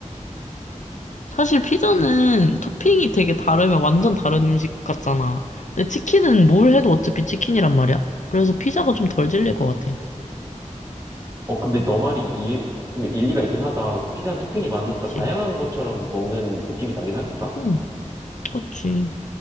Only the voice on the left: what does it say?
사실 피자는 토핑이 되게 다르면 완전 다른 음식 같잖아. 근데 치킨은 뭘 해도 어차피 치킨이란 말이야. 그래서 피자가 좀 덜 질릴 것 같아.
그치?
응, 그치.